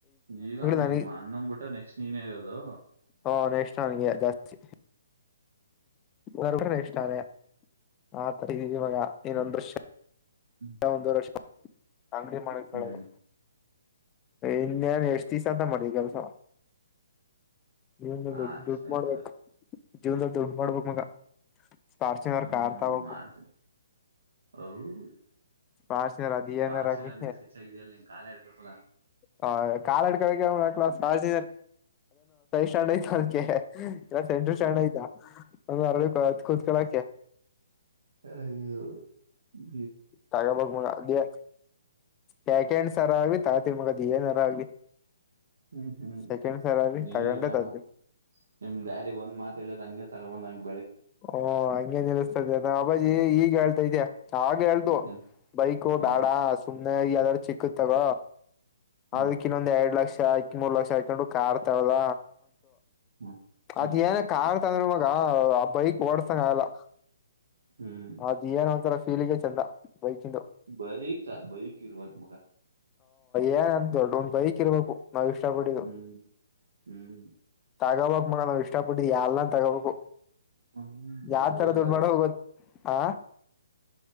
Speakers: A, on the right (about 70°); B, on the left (about 15°).
A: ಈಗ ನಿಮ್ಮ್
B: ನನಗ್
A: ಅಣ್ಣಂದ್ಬಿಟ್ಟ ನೆಕ್ಸ್ಟ್ ನೀನೇ ಇರೋದು.
B: ಹಾ ನೆಕ್ಷ ನನ್ಗೆ ಜಾಸ್ತಿ. ಕೂ ಇಷ್ಟ ಅರೆ ಆ ಇವಾಗ ಇನ್ನೊಂದ
A: ಹ್ಮ್
B: ದೃಶ್ಯ.
A: ಹ್ಮ್
B: ಹಂದು ರಷ. ಅಂಗಡಿ ಮಾಡಕ್ ಹೇಳದು
A: ಹ್ಮ್
B: ಇನ್ನೇನ್ ಎಷ್ಟ್ ದಿವಸ ಅಂತ ಮಾಡಿ ಕೆಲಸ. ಜೀವನ್ದಲ್ಲಿ ದೊಡ್
A: ಅಷ್ಟೇ
B: ದುಡ್ಡು ಮಾಡ್ಬೇಕಕ್
A: ಮಗ
B: ಜೀವನದಲ್ಲಿ ದುಡ್ಡ ಮಾಡ್ಬೇಕಕ್ ಮಗ. ಸ್ಪಾರ್ಶಿದರ್
A: ಹ್ಮ್
B: ಕ ಆರ್ತಾವಪ್ಪು.
A: ಮಾಡ್ತೀನಿ ಔ
B: ಪಾಚನರಧನರ
A: ಫಾರ್ಚುನರ್ಗೆ
B: ಮಿ.
A: ಸ್ಕಿಚ್ ಆಗಿದೆಯಲ್ಲ ನಿನ್ ಕಾಲೇ ಇರ್ತಲ್ಲ
B: ಹ ಕಾಲಾಡ್ಕ ಸಜ. ಸಣ್ ಆಯ್ತ ಅದಕ್ಕೆ ಎ ಸೆ ಸಣ್ ಆಯ್ತಾ ಒರಳ ಕೂತ್ಕಳಕ.
A: ಹ.
B: ತಗಬ ಮಗ ಅ ಸೇಕೆಂಡ್ ಸರ ಆಗ್ವಿ ತಗತಿ ಮಗ. ದ ಏನರ ಆಗ್ಲಿ
A: ಹ್ಮ್ ಹ್ಮ್
B: ಸೆಕೆಂಡ್ ಸರ ಆಗ್ಲಿ
A: ನೀವೇನ
B: ತಗೊಂಡೇ.
A: ನಿಮ್ ಡ್ಯಾಡಿ ಒಂದ್ ಮಾತ ಹೇಳಿದ್ರ ಹಂಗೆ ತಗೊಂದ್ಂಗ.
B: ಹಓ ಹಗೆ ನಿಲ್ಲಸ್ತಾ ಇದ ಅಬಾಜಿ ಈಗ ಹೇಳ್ತಾ ಇದ್ಯಾ. ಅವ ಹೇಳ್ತು
A: ಹ್ಮ್
B: ಬೈಕು
A: ಹ್ಮ್
B: ಬ್ಯಾಡ ಸುಮ್ನೆ ಎದಾರೂ ಚಿಕ್ಕ ತಗ
A: ಹ್ಮ್
B: ಅದಕ್ಕ ಇನ್ನೊಂದ ಎರಡ್ ಲಕ್ಷ ಆಾಕಿ ಮೂರ್ ಲಕ್ಷ ಹಾಕೊಂಡು ಕಾರ್ತಾವದ.
A: ಹ್ಮ್ ಹ್ಮ್
B: ಅದ್ ಏನ ಕತ ಅಂದ್ರೆ ಮಗ. ಬೈಕ್ ಓಡ್ಸಂಗ ಆಗಲ್ಲ
A: ಹ್ಮ್
B: ಅದ್ ಏನ್ೋತರ ಫೀಲಿಂಗ ಚಂದ. ಬೈಕಿಂದು
A: ಬೈಕ್ ಚ ಬೈ ಇಲ್ಲ ಮಾಗ ಮಗ.
B: ಏನ್ ಅಂತ ದೊಡ್ಡೊಂದ್ ಬೈಕ್ ಇರ್ಬೇಕು ನಾವ್ ಇಷ್ಟ ಪಟ್ಟು
A: ಹ್ಮ್ ಹ್ಮ್
B: ತಾಗಬ. ನಗ ನಾವು ಇಷ್ಟ ಪಟ್ಟಿದ್ವಿ ಎಲ್ಲ ತಗೋಬೇಕು.
A: ಹ್ಮ್
B: ಯಾವ್
A: ಅಲ್ಲಂತ
B: ತರ ದುಡ್ಡು ಮಾಡೋ
A: ಹೋದು.
B: ಗೊತ್ ಆ